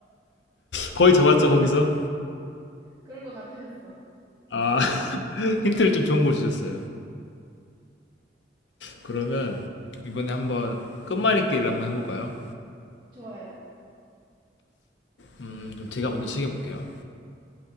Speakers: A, on the left; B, on the right.
A: 거의 잡았죠 거기서?
B: 그런 거 같으셨어.
A: 아, <laughs> 힌트를 좀 좋은 걸 주셨어요. 그러면 이번에 한번 끝말잇기를 한번 해볼까요?
B: 좋아요.
A: 음, 그럼 제가 먼저 챙겨볼게요.